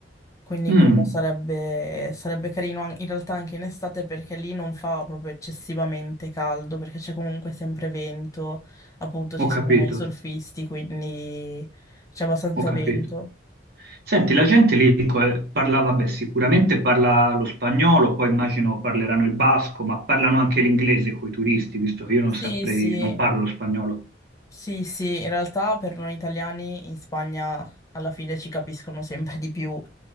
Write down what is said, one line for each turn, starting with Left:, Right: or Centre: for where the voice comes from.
Left: Quindi
Right: Mm,
Left: quello sarebbe, sarebbe carino an- in realtà anche in estate perché lì non fa proprio eccessivamente caldo perché c'è comunque sempre vento, appunto ci
Right: ho capito.
Left: sono i surfisti, quindi c'è abbastanza
Right: Ho capito.
Left: <laughs> vento.
Right: Senti, la gente lì co- parla, vabbè, sicuramente parla lo spagnolo, poi immagino parleranno il basco, ma parlano anche l'inglese con i turisti, visto che io non
Left: Sì,
Right: saprei,
Left: sì,
Right: non parlo lo spagnolo.
Left: sì, sì, in realtà per noi italiani in Spagna alla fine ci capiscono sempre di più